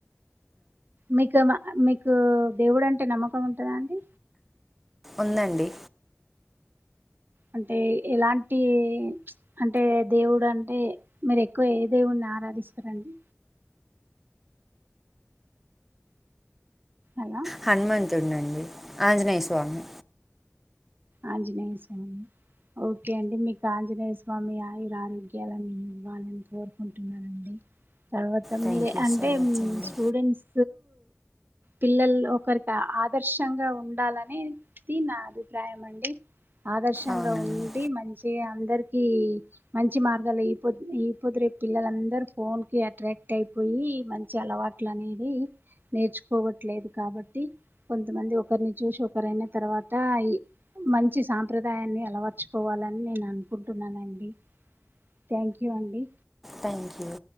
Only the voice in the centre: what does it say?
ఉందండి
హనుమంతుడు అండి ఆంజనేయ స్వామి
థ్యాంక్
యూ
సో మచ్ అండి
అవునండి
థ్యాంక్ యూ